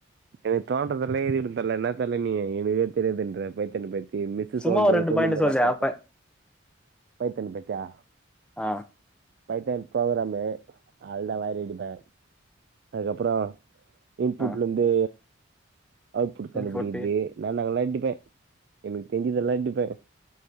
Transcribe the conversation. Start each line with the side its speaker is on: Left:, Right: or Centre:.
Right: எனக்கு தோன்றதல்லா எழுதி விடுவ தல என்ன தல நீ எனக்கே தெரியாதுன்ற பைத்தான பத்தி இந்த மிஸ்ஸு
Centre: சும்மா
Right: சொல்ற
Centre: ஒரு ரெண்டு
Right: சொல்லும்
Centre: பாயிண்ட்
Right: போற
Centre: சொல்லு
Right: அப்பப்பா
Centre: அப்ப
Right: பைத்தியோ பிடிக்கோ பத்யா
Centre: அ
Right: பைத்தான் ப்ரோக்ராமு அவ்ள்தா வாரி வெக்றதுதா அதுக்கப்புறோ இன்புட்லேந்து
Centre: ஆ
Right: அவுட்புட் கண்டுபிடிக்குறது
Centre: இன்புட்டு
Right: நா நாங்க எல்லா அடிப்பே எனக்கு தெரிஞ்சதெல்லா அடிப்பே